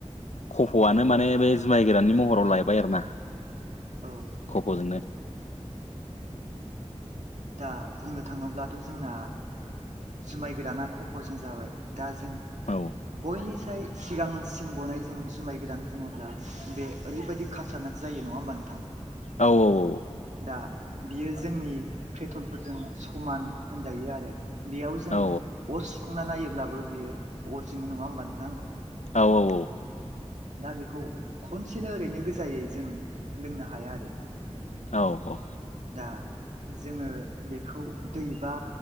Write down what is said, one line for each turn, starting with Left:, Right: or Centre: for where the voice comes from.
Left: खफ'आनो माने बे जुमाय गोरानानि महराव लायबाय आरो ना
Right: औ नंगौ
Left: खफ'जोंनो
Right: दा बुंनो थाङोब्लाथ' जोंना जुमाय गोराना खफ'जों जाबाय दा जों
Left: औ
Right: बयनिख्रुय सिगांसिन गनाय जों जुमाय गोरान बुङोब्ला बे ओरैबायदि खाथारनाक जायो नङा होमबा नोंथां
Left: औ औ औ
Right: दा बियो जोंनि पेट्रलफोरजों समान होनजायो आरो बेयाव जों
Left: औ
Right: अर सुखांना नायोब्लाबो बियो अर जोंङो नङा होमबा नोंथां
Left: औ औ औ
Right: दा बेखौ खनसेनो ओरैनो गोजायै जों लोंनो हाया आरो
Left: औ औ
Right: दा जोङो बेखौ दैबा